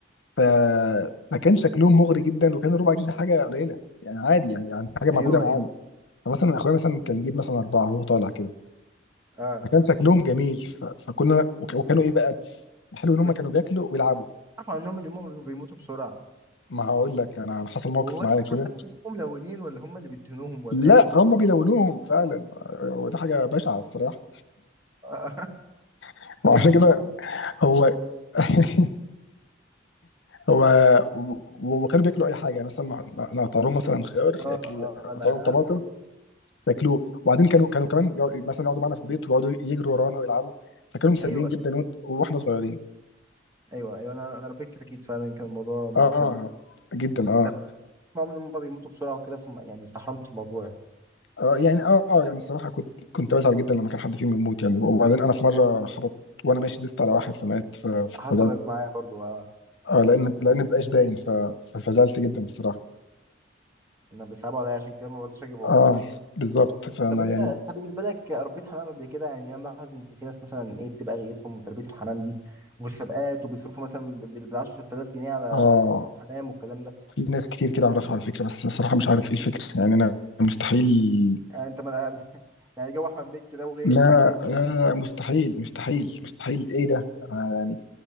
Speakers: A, on the left; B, on the right.
A: ف فكان شكلهم مغري جدا وكان ربع جنيه حاجه قليله يعني عادي يعني يعني حاجه موجوده
B: ايوه
A: معانا
B: ايوه
A: فمثلا اخويا مثلا كان يجيب مثلا اربعه وهو طالع كده
B: اه
A: فكان شكلهم جميل ف... فكنا وك... وكانوا ايه بقى الحلو ان هم
B: بس
A: كانوا بياكلوا ويلعبوا
B: اعرف عنهم ان هم بيموتوا بسرعه
A: ما هقول لك انا أنا حصل موقف
B: وهو
A: معايا
B: هم
A: كده
B: فعلا بيبقوا ملونين ولا هم اللي بيدهنوهم ولا
A: لا
B: ايه
A: هم بيلونوهم فعلا وده حاجه بشعه الصراحه
B: <laughs> آه،
A: <laughs> وعشان
B: بيغطسوهم
A: كده هو <laughs> هو و- وكانوا بياكلوا اي حاجه يعني مثلا نقطع لهم مثلا خيار
B: اه
A: ياكلوه
B: اه
A: نقطع
B: انا
A: لهم
B: عارف
A: طماطم ياكلوه وبعدين كانوا كانوا كمان بيقعد- مثلا يقعدوا معانا في البيت ويقعدوا يجروا ورانا ويلعبوا فكانوا مسليين
B: ايوه
A: جدا وإنت- واحنا صغيرين
B: ايوه ايوه انا انا ربيت كتاكيت فعلا كان الموضوع
A: اه آه،
B: مسلي
A: جدا
B: بس
A: اه
B: بس بسمعهم ان هم بيموتوا بسرعه وكده فما- يعني استحرمت الموضوع يعني.
A: اه يعني اه آه، يعني الصراحه كنت كنت بزعل جدا لما كان حد فيهم يموت يعني وبعدين انا في مره خبط وانا ماشي دست على واحد فمات ف-
B: حصلت
A: فزعلت
B: معايا برضو آه.
A: اه لان لان مبقاش باين ف- ف- فزعلت جدا الصراحه
B: انا بيصعبوا عليا عشان كده ما برضوش اجيبهم
A: اه
B: بقى
A: بالظبط فانا
B: طب انت
A: يعني
B: انت بالنسبه لك ربيت حمام قبل كده يعني انا بلاحظ ان في ناس مثلا ايه بتبقى غايتهم تربيه الحمام دي ومسابقات وبيصرفوا مثلا بال 10000 جنيه على
A: اه
B: حمام والكلام ده
A: في ناس كتير كده اعرفها على فكره بس الصراحه مش عارف ايه الفكره يعني انا مستحيل
B: يعني انت ما <laughs> يعني جو احمد مكي ده وغايه
A: لا
B: حمامه ومش
A: لا لا مستحيل مستحيل مستحيل ايه ده انا يعني